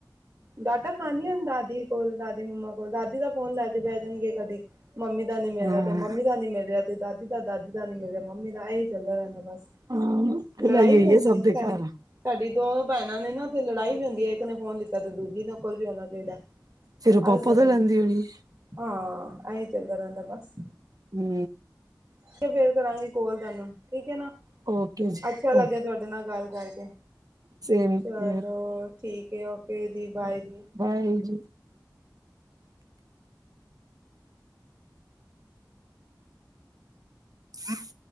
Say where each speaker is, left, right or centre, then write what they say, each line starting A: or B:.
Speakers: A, on the right; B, on the right.
A: ਡਾਂਟਾ ਖਾਂਦੀਆਂ ਦਾਦੀ ਕੋਲ ਦਾਦੀ ਮੰਮਾ ਕੋ ਦਾਦੀ ਦਾ ਫੋਨ ਲੈ ਕੇ ਬਹਿ ਜਾਣਗੇ ਕਦੀ ਮੰਮੀ ਦਾ ਨੀ ਮਿਲਦਾ
B: ਹਾਂ
A: ਤੇ ਮੰਮੀ ਦਾ ਨੀ ਮਿਲ ਤੇ ਦਾਦੀ ਤਾਂ ਦਾਦੀ ਦਾ ਨੀ ਮਿਲ ਰਿਹਾ ਮੰਮੀ ਦਾ ਇਹੀ ਚੱਲਦਾ ਰਹਿੰਦਾ ਬਸ
B: ਹਾਂ ਖਿਲਾਈ
A: ਲੜਾਈ ਵੀ
B: ਹੋਈ
A: ਹੁੰਦੀ
B: ਸਭ
A: ਹੈ
B: ਦੇ
A: ਸਾਡੀ
B: ਘਰ
A: ਸਾਡੀ ਦੋ ਭੈਣਾਂ ਨੇ ਨਾ ਤੇ ਲੜਾਈ ਵੀ ਹੁੰਦੀ ਹੈ ਇੱਕ ਨੇ ਫੋਨ ਲਿੱਤਾ ਤੇ ਦੂਜੀ ਨ ਕੋਲ ਵੀ ਆਉਣਾ ਚਾਹੀਦਾ। <unintelligible>
B: ਫੇਰ ਉਹ ਪਾਪਾ ਤੋਂ ਲੈਂਦੀ ਹੋਣੀ।
A: ਆ ਐ ਚਲਦਾ ਰਹਿੰਦਾ ਬਸ
B: ਹੂੰ
A: ਅਸੀਂ ਫੇਰ ਕਰਾਂਗੇ ਕੋਲ ਤੈਨੂੰ ਠੀਕ ਹੈ ਨਾ
B: ਓਕੇ ਜੀ
A: ਅੱਛਾ ਲੱਗਿਆ
B: ਓਕੇ
A: ਤੁਹਾਡੇ ਨਾਲ ਗੱਲ ਕਰਕੇ
B: ਸੇਮ
A: ਚਲੋ
B: ਹੀਅਰ,
A: ਠੀਕ ਹੈ ਓਕੇ ਜੀ ਬਾਏ ਜੀ।
B: ਬਾਏ ਜੀ। ਹਮ